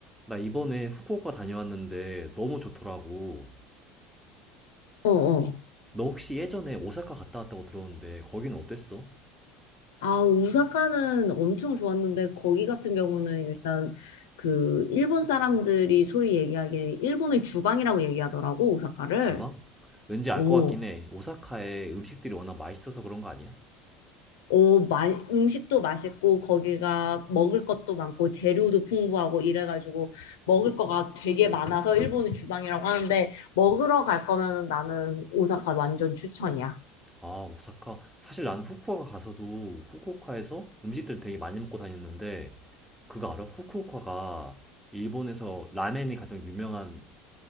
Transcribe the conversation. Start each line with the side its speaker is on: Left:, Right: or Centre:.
Centre: 나 이번에 후쿠오카 다녀왔는데 너무 좋더라고.
Left: 어, 어.
Centre: 너 혹시 예전에 오사카 갔다 왔다고 들었는데 거기는 어땠어?
Left: 아, 오사카는 엄청 좋았는데, 거기 같은 경우는 일단 그 일본 사람들이 소위 얘기하기에 일본의 주방이라고 얘기하더라고, 오사카를.
Centre: 주방? 왠지 알
Left: 어,
Centre: 것 같긴 해. 오사카의 음식들이 워낙 맛있어서 그런 거 아니야?
Left: 어, 마, 음식도 맛있고, 거기가 먹을 것도 많고, 재료도 풍부하고, 이래가지고, 먹을 거가 되게 많아서 일본의 주방이라고 하는데, 먹으러 갈 거면 나는 오사카 완전 추천이야.
Centre: 아, 오사카. 사실 나는 후쿠오카 가서도 후쿠오카에서 음식들 되게 많이 먹고 다녔는데 그거 알아? 후쿠오카가 일본에서 라멘이 가장 유명한